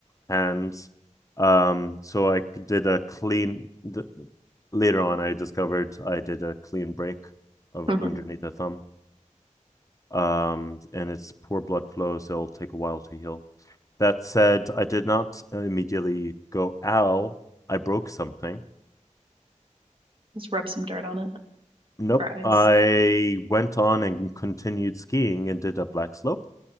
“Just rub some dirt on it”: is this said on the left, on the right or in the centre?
Right